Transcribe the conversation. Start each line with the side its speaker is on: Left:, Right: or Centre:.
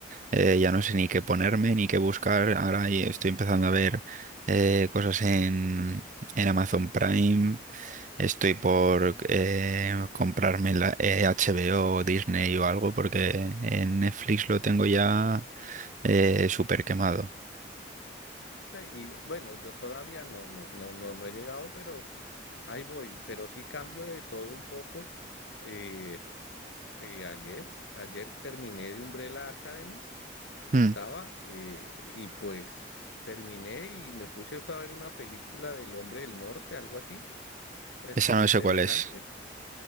Right: Eh, ya no sé ni qué ponerme, ni qué buscar. Ahora y estoy empezando a ver eh, cosas en, en Amazon Prime. Estoy por eh, comprarme la, eh, HBO o o Disney o algo porque en Netflix lo tengo ya eh, súper quemado.
Left: Ay, Y bueno, yo todavía no, no, no, no, no he llegado, pero ahí voy. Pero sí cambio de todo un poco. Eh, eh, ayer, ayer terminé de Umbrella Academy que
Right: Mm,
Left: estaba eh, y pues terminé y me puse fue a ver una película del Hombre del Norte, algo así, pues
Right: Esa
Left: interesante.
Right: no sé cuál es.